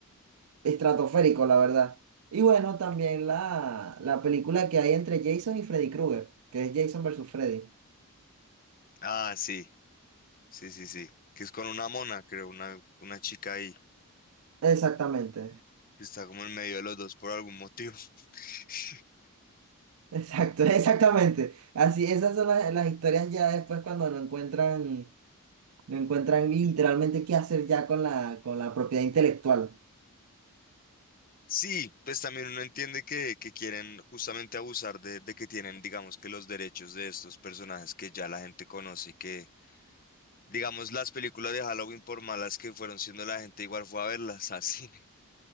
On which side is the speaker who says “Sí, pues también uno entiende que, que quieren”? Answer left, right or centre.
Left